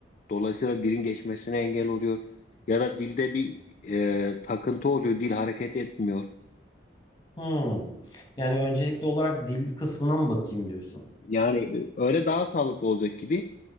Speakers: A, on the left; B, on the left.
A: Dolayısıyla dilin geçmesine engel oluyor. Ya da dilde bir e, takıntı oluyor. Dil hareket etmiyor.
B: Hmm. Yani öncelikli olarak dil kısmına mı bakayım diyorsun?
A: Yani e, öyle daha sağlıklı olacak gibi.